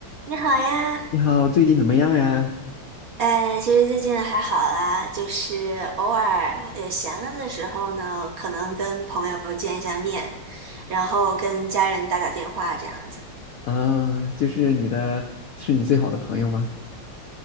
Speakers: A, on the right; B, on the left.
A: 你好呀，
B: 你好，最近怎么样呀？
A: 哎，其实最近还好啦，就是偶尔也闲了的时候呢，可能跟朋友见一下面，然后跟家人打打电话这样子。
B: 啊，就是你的，是你最好的朋友吗？